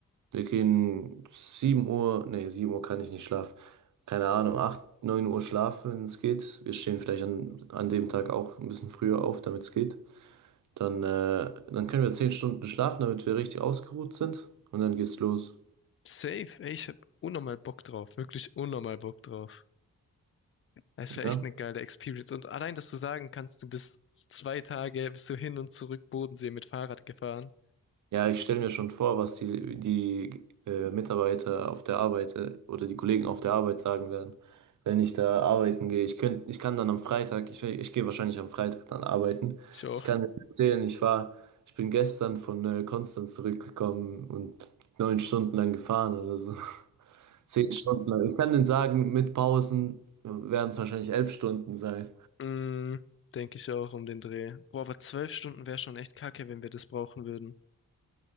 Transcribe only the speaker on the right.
Wir gehen 7 Uhr, nee, 7 Uhr kann ich nicht schlafen. Keine Ahnung, 8 9 Uhr schlafen, wenn es geht. Wir stehen vielleicht an, an dem Tag auch ein bisschen früher auf, damit es geht. Dann, äh, dann können wir 10 Stunden schlafen, damit wir richtig ausgeruht sind. Und dann geht's los.
Ja?
Ja, ich stelle mir schon vor, was die, die äh, Mitarbeiter auf der Arbeit äh, oder die Kollegen auf der Arbeit sagen werden, wenn ich da arbeiten gehe. Ich könnt, ich kann dann am Freitag, ich, ich gehe wahrscheinlich am Freitag dann arbeiten.
Ich kann dir erzählen, ich war, ich bin gestern von äh, Konstanz zurückgekommen und neun Stunden lang gefahren oder so. <laughs> Zehn Stunden lang. Ich kann denen sagen, mit Pausen werden es wahrscheinlich elf Stunden sein.